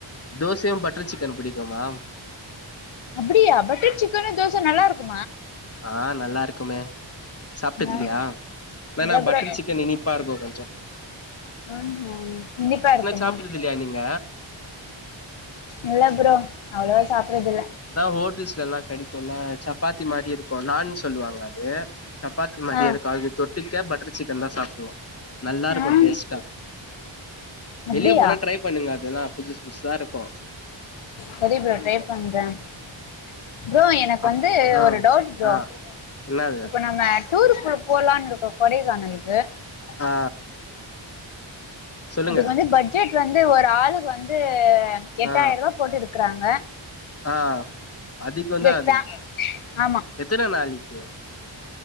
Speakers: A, on the left; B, on the left.
A: தோசையு பட்டர் சிக்கன் பிடிக்குமா
B: அப்படியா பட்டர் சிக்கனு தோச நல்லா இருக்கு
A: ஆ நல்லா இருக்குமே சாப்பிட்டது
B: நா
A: இல்லையா வேன்னா
B: இல்ல ப்ரோ
A: பட்டர் சிக்கன் இனிப்பா இருக்கு கொஞ்சு
B: ஆ ஆ இனிப்பா இருக்குமா
A: சாப்ட்டது இல்லையா நீங்க
B: இல்ல ப்ரோ அவ்ளவா சாப்றது இல்ல
A: இப்ப தா ஹோட்டல்ஸ்ல எல்லா கடிக்குல சப்பாத்தி மாரியே இருக்கு நான் சொல்லுவாங்க அது சப்பாத்தி மாரியே
B: ஆ
A: இருக்கு அதுக்கு தொட்டடுக்க பட்டர் சிக்கன் தா சாப்பிடுவோ நல்லா இருக்கு
B: ஆ
A: டேஸ்டா
B: அப்டியா
A: வெளியே போனா ட்ரை பண்ணுங்க அதெல்லா புதுசு புதுசு இருக்கு
B: சரி ப்ரோ ட்ரை பண்றே <inaudible> ப்ரோ எனக்கு
A: அப்
B: வந்து
A: ஆ
B: ஒரு டவுட் ப்ரோ
A: ஆ என்னாது
B: இப்ப நம்ம டூர் போ போலான்னு இருக்கோ கொடைக்கானலுக்கு
A: ஆ சொல்லுங்க
B: அதுக்கு வந்து பட்ஜெட் அது வந்து ஒரு ஆளுக்கு வந்து எட்டாயிருவா
A: ஆ
B: போட்டு இரு இருக்குறாங்க
A: ஆ அதிகம் தான்
B: ஃபே
A: அது
B: ஆமா
A: எத்தன நாளைக்கு